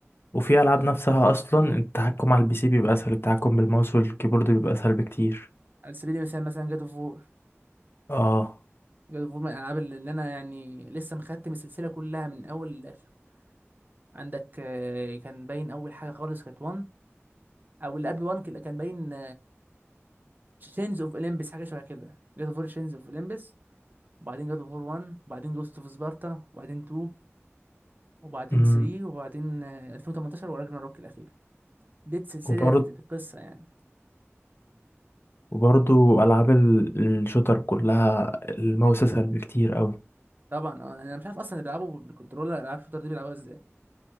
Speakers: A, on the left (about 55°); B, on the right (about 40°).
A: وفي العاب
B: مم.
A: نفسها اصلا التحكم على البي سي بيبقى اسهل التحكم بالماوس والكيبورد بيبقى اسهل بكتير
B: على سبيل المثال مثلا جاد اوف وور
A: اه
B: جاد اوف وور من الالعاب اللي اللي انا يعني لسه مختم السلسله كلها من اول للاخر عندك آه، كان باين اول حاجه خالص كانت 1 او اللي قبل 1 كان كان باين تشينز اوف اولمبس حاجه شبه كده جاد اوف وور تشينز اوف اولمبس وبعدين جاد اوف وور 1 وبعدين جوست اوف سبارتا وبعدين 2 وبعدين
A: امم
B: 3 وبعدين آه، 2018 وراجنا روك الأخيرة دي سلسلة
A: وبرضه
B: القصة يعني
A: وبرضو ألعاب ال- الشوتر كلها الماوس أسهل بكتير أوي
B: طبعا اه انا مش عارف اصلا اللي بيلعبوا بالكنترولر العاب الشوتر دي بيلعبوها ازاي